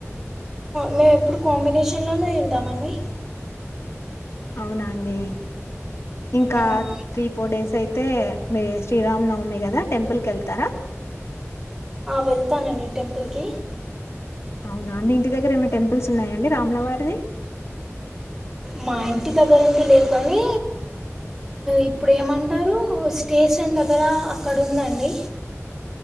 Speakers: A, in the centre; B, on the left.
A: మేము ఎప్పుడు కాంబినేషన్లోనే తింటామ అండి
B: అవునాండి ఇంకా
A: ఉమ్.
B: త్రీ ఫోర్ డేస్ అయి మతే మ శ్రీరామ్ నవమి గదా టెంపుల్ కెల్తార
A: వెళ్తానండి టెంపోకి
B: అవునా మీ ఇంటి దగ్గర ఏమైనా టెంపుల్స్ ఉన్నాయంండి రామ్లవారిది
A: మా ఇంటి దగ్గరంత లేదు కానీ ఇప్పుడు ఏమంటారు స్టేషన్ దగ్గర అక్కడ ఉందండి